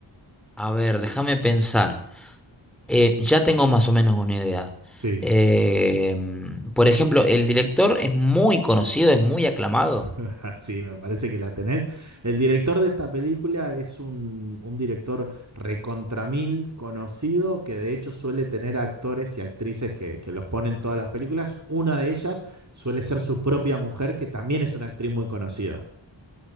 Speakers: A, in the centre; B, on the right (about 35°).
A: A ver, déjame pensar. Eh, ya tengo más o menos una idea.
B: Sí.
A: Eh, mm, por ejemplo, ¿el director es muy conocido, es muy aclamado?
B: <laughs> Sí, me parece que la tenés. El director de esta película es un, un director recontramil conocido que de hecho suele tener actores y actrices que, que los ponen en todas las películas. Una de ellas suele ser su propia mujer, que también es una actriz muy conocida.